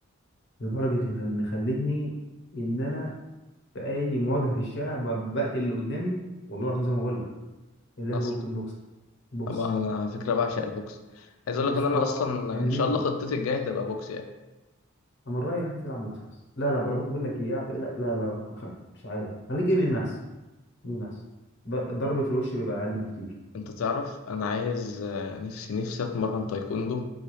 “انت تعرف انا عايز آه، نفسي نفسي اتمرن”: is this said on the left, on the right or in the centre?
Left